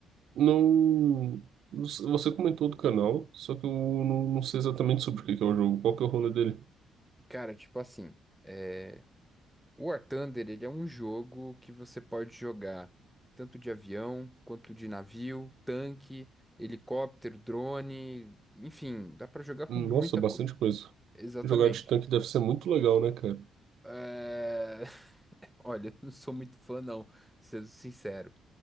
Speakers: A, on the right; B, in the centre.
A: não... Você comentou do canal, só que eu não, não sei exatamente sobre o que que é o jogo. Qual que é o rolê dele?
B: Cara, tipo assim. é, O War Thunder, ele é um jogo que você pode jogar tanto de avião, quanto de navio, tanque, helicóptero, drone, enfim, dá pra jogar
A: Nossa,
B: com muita
A: bastante
B: coisa.
A: coisa.
B: Exatamente.
A: Jogar de tanque deve ser muito legal, né, cara?
B: É, <laughs> Olha, não sou muito fã não, sendo sincero.